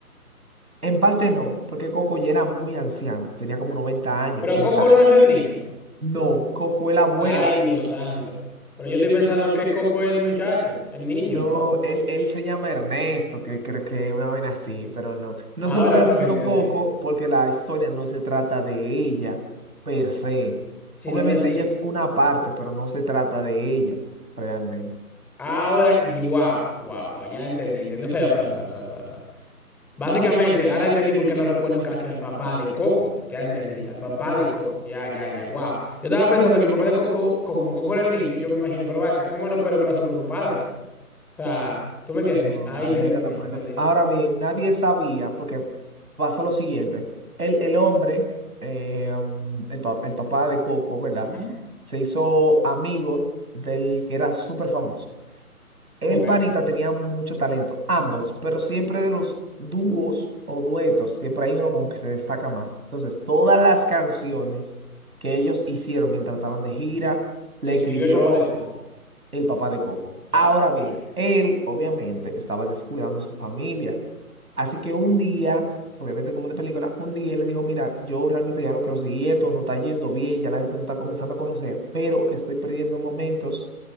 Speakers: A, on the right; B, in the centre.
A: En parte no, porque Coco ya era muy anciana, tenía como 90 años,
B: Pero
A: 80
B: Coco
A: años.
B: no es el niño.
A: No, Coco es la abuela.
B: Ay, Dios santo. Pero yo estoy pensando que Coco es el muchacho, el niño.
A: No, él, él se llama Ernesto, que creo que una vez así, pero no. No
B: Ahora
A: sé por qué le
B: fue
A: pusieron
B: que entendí.
A: Coco, porque la historia no se trata de ella per se.
B: Si
A: Obviamente
B: no del niño.
A: ella es una parte, pero no se trata de ella realmente.
B: Ahora, wow, wow, wow, ya entendí, entendí. O sea, o sea, o sea, o sea, o sea. Básicamente, ahora entendí por qué no recuerdan casi al papá de Coco. Ya entendí, al papá de Coco. Ya, ya, ya, wow. Yo estaba pensando que el papá de Coco, co- como Coco era el niño, yo me imaginé, pero vaca, ¿cómo no puedo con a su propio padre? O sea, ¿tú me entiendes?
A: No,
B: Ahí sí
A: él
B: entendí,
A: era el abuelo.
B: entendí.
A: Ahora bien, nadie sabía, porque pasó lo siguiente. El, el hombre, eh, um, el, pa- el papá de Coco, ¿verdad?
B: Ujú.
A: Se hizo amigo del que era súper famoso. El
B: Ok,
A: panita tenía mucho talento, ambos, pero siempre de los dúos o duetos, siempre hay uno como que se destaca más. Entonces, todas las canciones que ellos hicieron mientras estaban de gira, le
B: le
A: escribió
B: escribió el papá de Coco.
A: el papá de Coco.
B: Yo
A: Ahora
B: sabía.
A: bien, él obviamente estaba descuidando su familia. Así que un día, obviamente como de película, un día él le dijo, mira, yo realmente ya no quiero seguir esto, no está yendo bien, ya la gente no está comenzando a conocer, pero estoy perdiendo momentos